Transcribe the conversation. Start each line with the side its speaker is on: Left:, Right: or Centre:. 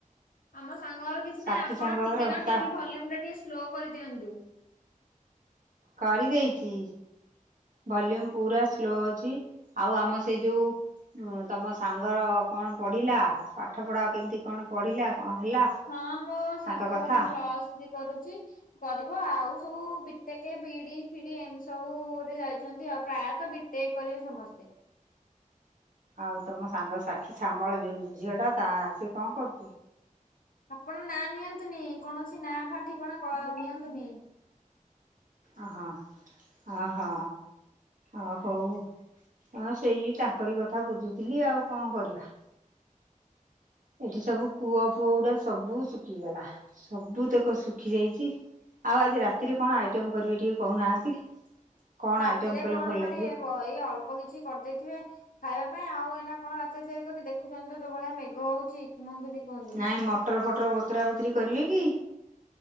Left: ଆମ ସାଙ୍ଗ ଘର କିଛି
Right: ସାକ୍ଷୀ
Left: ନାଇଁ ଆପଣ
Right: ସାଙ୍ଗ
Left: ଟିକେ
Right: ଘର
Left: ନା
Right: ତା
Left: ଟିଭି ଭଲ୍ୟୁମ୍ ଟା ଟିକେ ସ୍ଲୋ କରିଦିଅନ୍ତୁ।
Right: କରି ଦେଇଚି। ଭଲ୍ୟୁମ ପୁରା ସ୍ଲୋ ଅଛି ଆଉ ଆମ ସେଇ ଯୋଉ ହଁ ତମ ସାଙ୍ଗର କଣ ପଢିଲା ପାଠ ପଢା କେମ୍‌ତି କଣ ପଢିଲା କଣ ହେଲା।
Left: ହଁ ହ
Right: ତାଙ୍କ
Left: ସାଙ୍ଗ
Right: କଥା
Left: ଗୋଟେ ଫ୍ଲସ୍ ଥ୍ରୀ କରୁଚି। କରିବ ଆଉ ସବୁ ବିଟେକ ବିଡି ଫିଢି ଏମ୍‌ତି ସବୁରେ ଯାଇଚନ୍ତି ଆଉ ପ୍ରାୟତଃ ବିଟ୍ ଟେ କରିବେ ସମସ୍ତେ।
Right: ଆଉ ତମ ସାଙ୍ଗ ସାକ୍ଷୀ ଶ୍ୟାମଳ ଯୋଉ ଝିଅ ଟା ତା ସିଏ କଣ କର୍ ଚି।
Left: ଆପଣ ନା ନିଅନ୍ତୁନି କୌଣସି ନା ଫା ଠିକଣା କ ନିଅନ୍ତୁନି।
Right: ଅହ ଅ ହ। ଅ ହଉ ହ ସେଇ ତାଙ୍କରି କଥା ବୁଝୁଥିଲି ଆଉ କଣ କରିବା। ଏଠି ସବୁ କୂଅ ଫୁଅ ଗୁଡା ସବୁ ଶୁଖିଗଲା ସବୁ ତକ ଶୁଖି ଯାଇଚି। ଆଉ ଆଜି ରାତିରେ କଣ ଆଇଟମ୍‌ କରିବେ ଟିକେ କହୁନାହାନ୍ତି। କଣ
Left: ରାତିରେ
Right: ଆଇଟମ୍ କଲେ
Left: କଣ
Right: ଭଲ
Left: କରିବେ
Right: ଲାଗିବ?
Left: ବଇ ଏଇ ଅଳ୍ପ କିଛି କରିଦେଇଥିବେ। ଖାଇବା ପାଇଁ ଆଉ ଏଇନା କଣ ରାତି ତିଆରି କରି ଦେଖୁଛନ୍ତି ତ ଯୋଉ ଭଳିଆ ମେଘ ହଉଛି କୁହନ୍ତୁନି। କୁହନ୍ତୁନି।
Right: ନାଇଁ ମଟର ଫଟର ବତରା ବୁତୁରି କରିବେ କି?